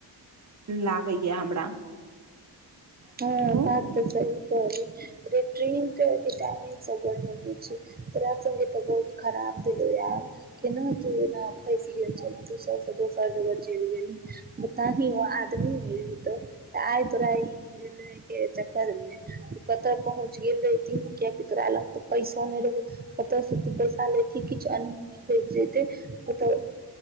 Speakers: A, on the right; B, on the right.
A: लागैया हमरा
B: हँ
A: तू
B: बात तऽ सही कहालियौ गै ट्रेन के के टाइमं गरबर हौ छै तोरा संघे त बहुत खराब दहु यार केना तू एना फैस गेल छ ने दोसर से दोसर जगह चैल गेल ओता ही ओ आदमी ने तऽ आइ तोरा ई रेलवे के चक्कर मे तू कतऽ पहुँच गेल रहेतीन कियकि तोरा लग तो पैसो नहि रहौ कत से तू पैसा लेथि किछु अनहोनी घेट जेतै ओतऽ